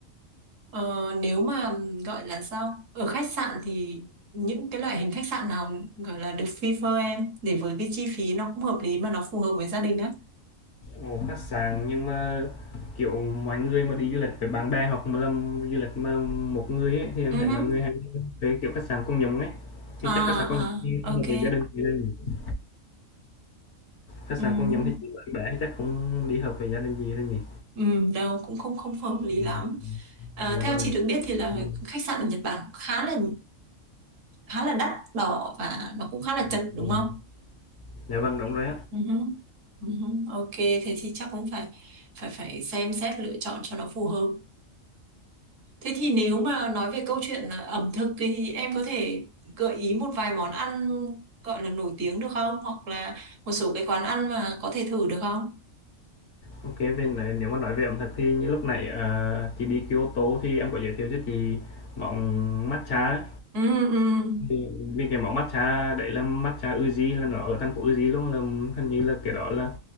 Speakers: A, on the right; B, on the left.
A: Ờ, nếu mà gọi là sao ở khách sạn thì những cái loại hình khách sạn nào gọi là được prefer em để với cái chi phí nó cũng hợp lý mà nó phù hợp với gia đình á
B: Ồ, khách sạn nhưng mà kiểu mọi người mà đi du lịch với bạn bè hoặc mà làm du lịch mà một người ấy, thì em
A: Ừ
B: thấy
A: hứ.
B: mọi người hay thuê kiểu khách sạn công nhóm ấy thì
A: à,
B: chắc khách sạn công nhóm thì
A: à
B: không
A: ok
B: hợp với gia đình gì đâu nhỉ khách
A: ừ,
B: sạn công nhóm thì chỉ bạn bè thì chắc không đi hợp với gia đình gì đâu nhỉ
A: ừ, đâu cũng không không hợp lý
B: Ừ,
A: lắm Ờ,
B: dạ vâng
A: theo chị được biết thì là
B: Ừ,
A: khách sạn ở Nhật Bản khá là khá là đắt đỏ và nó cũng khá là
B: dạ
A: chật đúng
B: vâng
A: không
B: dạ vâng đúng rồi
A: Ừ hứ. Ừ hứ. ok thế thì chắc cũng phải phải phải xem xét lựa chọn cho nó phù hợp Thế thì nếu mà nói về câu chuyện là ẩm thực thì em có thể gợi ý một vài món ăn gọi là nổi tiếng được không? Hoặc là một số cái quán ăn mà có thể thử được không?
B: OK, về nói nếu mà nói về ẩm thực thì như lúc nãy, ờ, chị đi Kyoto thì em có giới thiệu cho chị món matcha ấy.
A: Ừ, ừ.
B: Thì vì cái món matcha đấy là matcha Uji là nó ở thành phố Uji luôn, là hình như là cái đó là